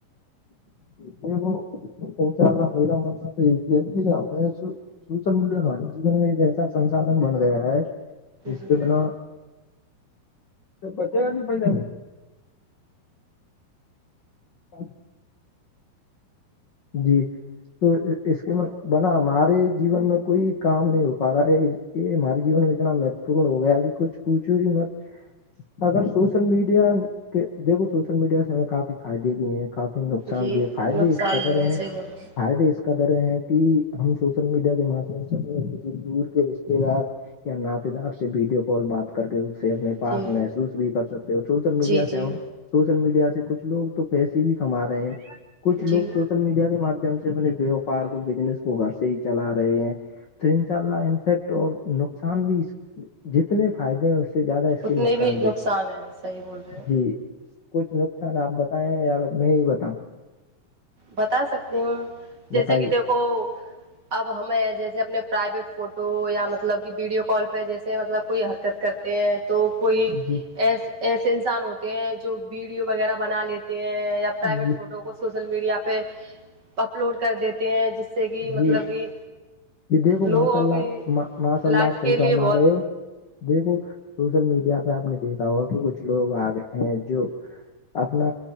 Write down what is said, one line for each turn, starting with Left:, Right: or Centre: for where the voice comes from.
Left: یہ وہ پہنچا میرا منا تو یہ ج ہم آ سوشل میڈیا ہمارے جیون میں ایک ایسا سساادھن بن گیا ہے جس
Right: جی
Left: کے بنا تو بچے گا کی پ ہاں جی تو اس کے بنا ہمارے جیون میں کوئی کام نہیں ہو پا رہا ہے یہ ہمارے جیون میں اتنا مہتو پور ہو گیا ہے کہ کچھوچھو گ کہ مت اگر سوشل میڈیا کے دیکھو سوشل میڈیا سے ہمیں کافی فائدے بھی ہیں کافی نقصان
Right: جی
Left: بھی ہے فائدے
Right: نقصان
Left: اس قدر
Right: بھی ہے
Left: ہیں
Right: صحیح بول رہے
Left: فائدے اس کا در ہیں کہ ہم سوشل میڈیا کے مادھیم سے کسی دور کے رشتے دار یا نعاتے دار سے ویڈیو کال بات کر کر کے اس سے اپنے
Right: ہیں
Left: پاس
Right: جی
Left: محسوس بھی کر سکتے ہو سوشل میڈیا
Right: جی
Left: سے
Right: جی
Left: ہم سوشل میڈیا سے کچھ لوگ تو پیسے بھی کما رہے ہیں کچھ لوگ
Right: جی
Left: سل میڈیا کے ماددھیم سے اپنے ووپار کو بزنس کو گھر سے ہی چلا رہے ہیں تو ان شاء اللہ انفیکٹ اور نقصان بھی جتنے فائدے ہیں سے زیادہ اس کے
Right: اتنے
Left: نقصان بھی
Right: ہیں صحیح بول رہے ہو
Left: جی کچھ نقصان آپ بتائیں یا میں ہی بتاؤں
Right: بتا سکتی ہوں جیسے
Left: بتائیے
Right: کہ دیکھو اب ہمیں جیسے اپنے پرائیویٹ فوٹو یا مطلب کہ ویڈیو کال پہ جیسے مطلب کوئی حرکت کرتے ہیں تو کوئی
Left: جی
Right: ایسے انسان ہوتے ہیں جو ویڈیو وغیرہ بنا لیتے ہیں یا پرائیویٹ
Left: جی
Right: فوٹو کو سوشل میڈیا پہ اپلوڈ کر دیتے ہیں جس سے کہ مطلب
Left: جی
Right: کہ
Left: یہ دیکھو
Right: لوگوں
Left: ماشاء اللہ
Right: کی
Left: ماشاء اللہ
Right: لائف
Left: آپ صحیح
Right: کے لیے
Left: فرما
Right: بہت
Left: رہے ہو دیکھو سوشل میڈیا پہ آپ نے دیکھا ہوا کہ کچھ لوگ آگئے ہیں جو اپنا